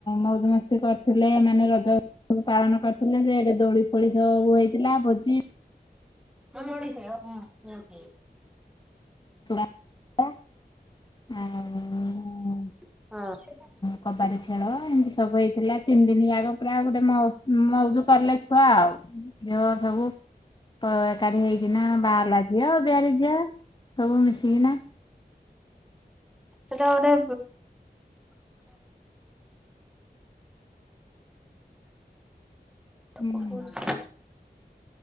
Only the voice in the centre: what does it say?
ହ ନଡି ସେ ହଁ ହଁ
ହଁ
ସେଟା ଗୋଟେ
<inaudible>